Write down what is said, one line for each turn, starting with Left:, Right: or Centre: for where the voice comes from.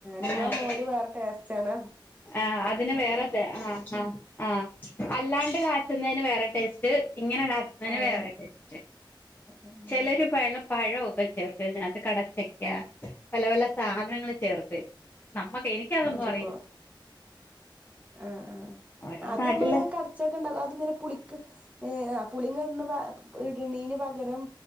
Right: നിങ്ങ
Left: ആഹ്
Right: മോര് വേറെ ടേസ്റ്റ ആണ
Left: ആഹ് അതിന് വേറെ ആഹ് ആഹ് ആഹ് അല്ലാണ്ട് കാ ന്നതിന് വേറെ ടേസ്റ്റ് ഇങ്ങനെ കാച്ചുന്നതിന്
Right: ആഹ്
Left: വേറെ ടേസ്റ്റ്
Right: ആഹ്
Left: ചെലര് പയ്നാപ്പിൾ പഴൊക്കെ ചേർക്കതിനകത്ത് കടച്ചക്ക പല പല സാധനങ്ങൾ ചേർത്ത് നമ്മക്ക് എനിക്കതൊന്നും അറിഞ്ഞു
Right: വോ ആഹ് ആഹ്
Left: ഓരോ
Right: അത്
Left: നാട്ടിലെ
Right: നമ്മൾ കട ച്ചതുണ്ടല്ലോ അതിങ്ങനെ പുളിക്ക് ഏങ് പുളി ഇട ഇടണിന് പകരം